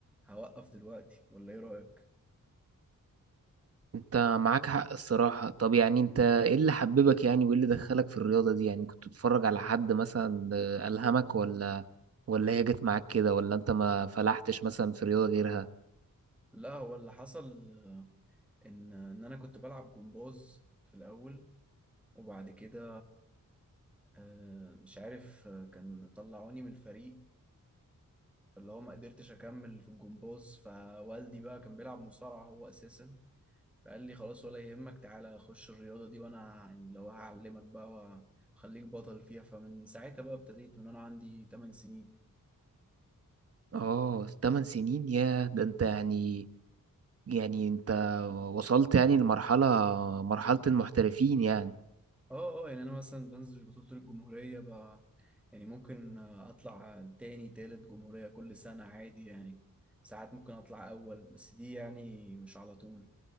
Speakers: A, in the centre; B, on the right.
A: هوقف دلوقتي ولا ايه رايك
B: انت معاك حق الصراحه طب يعني انت ايه اللي حببك يعني وايه اللي دخلك في الرياضه دي يعني كنت بتتفرج على حد مثلا آه، الهمك ولا ولا هي جت معاك كده ولا انت ما فلحتش مثلا في رياضه غيرها
A: لا هو اللي حصل آه، ان ان انا كنت بلعب جمباز في الاول وبعد كده آه، مش عارف آه، كان طلعوني من الفريق فاللي هو ما قدرتش اكمل في الجمباز فوالدي بقى كان بيلعب مصارعة هو اساسا فقال لي خلاص ولا يهمك تعالى خش الرياضة دي وانا يعني لو هعلمك بقى وخليك بطل فيها فمن ساعتها بقى ابتديت من انا عندي 8 سنين
B: اه 8 سنين يا ده انت يعني يعني انت وصلت يعني لمرحلة مرحلة المحترفين يعني
A: اه اه يعني انا مثلا بنزل بطولة الجمهورية بقى يعني ممكن اطلع تاني تالت جمهورية كل سنة عادي يعني ساعات ممكن اطلع اول بس دي يعني مش على طول